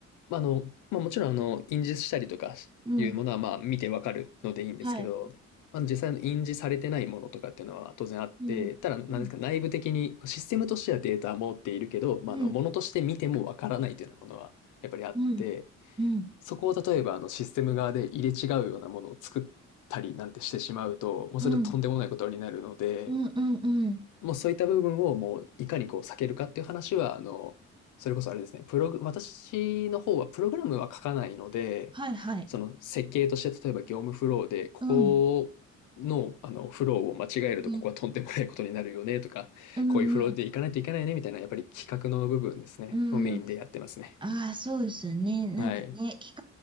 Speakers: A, on the left (about 80°); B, on the right (about 15°).
A: まあ、あの、まあ、もちろん、あの、印字したりとかいうものは、
B: うん。
A: まあ、見てわかるのでいいんですけど、
B: はい。
A: まあ、実際の印字されてないものとかっていうのは当然あって、
B: うん。
A: ただ、なんですか、
B: うん。
A: 内部的にシステムとしてはデータは持っているけど、まあ、
B: うん。
A: あの、ものとして見てもわからないというようなものは、やっぱりあって、
B: うん。うん。
A: そこを例えばあのシステム側で入れ違うようなものを作ったりなんてしてしまうと、もうそれはとんでもないことになるので、
B: うん。うん。うん。うん
A: もうそういった部分をもういかにこう避けるかっていう話は、あの、それこそあれですね、プログ私の方はプログラムは書かないので、
B: はい。はい。
A: その設計として例えば業務フローで、ここの、
B: うん。
A: あのフローを間違えるとここはとんでもないことになるよねとか、
B: うん。うん。
A: こういうフローでいかないといけないねみたいなやっぱり企画の部分ですね、
B: うん。
A: をメインでやってますね。
B: ああ、そうですね。なんかね、
A: はい。
B: 企